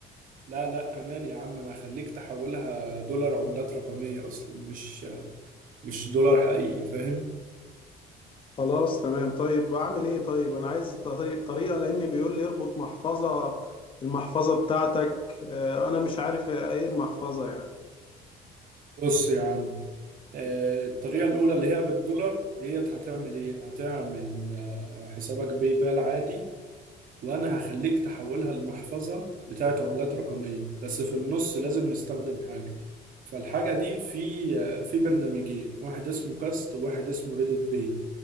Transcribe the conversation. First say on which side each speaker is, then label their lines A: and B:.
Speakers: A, on the right; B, on the left.
A: لا لا امان يا عم انا هخليك تحولها دولار عملات رقمية اصلا مش مش دولار حقيقي فاهم
B: خلاص تمام طيب اعمل ايه طيب انا عايز طريق طريقة لان بيقول لي اربط محفظة المحفظة بتاعتك آه، انا مش عارف ايه المحفظة يعني
A: بص يا عم آه، الطريقة الأولى اللي هي بالدولار ديت هتعمل إيه؟ هتعمل آه، حسابك باي بال عادي وانا هخليك تحولها لمحفظة بتاعت عملات رقمية بس في النص لازم نستخدم حاجة فالحاجة دي في في برنامجين واحد اسمه كاست وواحد اسمه ريدوت باي